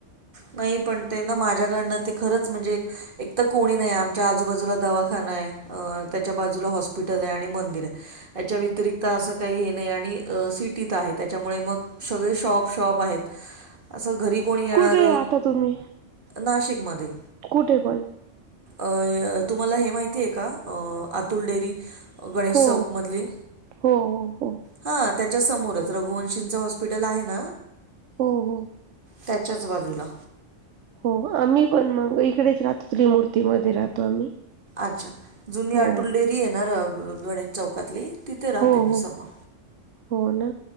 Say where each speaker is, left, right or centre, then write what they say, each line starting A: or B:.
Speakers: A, on the right; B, on the right.
A: नाही पण ते ना माझ्याकडनं ते खरंच म्हणजे एक तर कोणी नाही आमच्या आजूबाजूला दवा खाना आहे त्याच्या बाजूला हॉस्पिटल आणि मंदिर आहे त्याच्या व्यतिरिक् अस काही हे नाही आणि सिटीत आहे त्याच्यामुळे मग सगळे शॉप शॉप आहेत असं घरी कोणी येणार-
B: कुठे आता तुम्ही
A: नाशिकमध्ये
B: कुठे पण?
A: अ तुम्हाला हे माहितीय का अतुल डेरी. गणेश
B: हो
A: चौकमधली?
B: हो हो हो हो
A: हा त्याच्या समोरच, रघुवंशींचं हॉस्पिटल आहे ना,
B: हो हो.
A: त्याच्याच बाजूला.
B: हो आम्ही पण मग इकडेच राहतो, त्रिमूर्ती मध्ये राहतो आम्ही.
A: अच्छा, जुनी
B: हो
A: अतुल डेअरी आहे ना गणेश चौकातली, तिथे राहते
B: हो
A: मी
B: हो
A: समोर.
B: हो ना,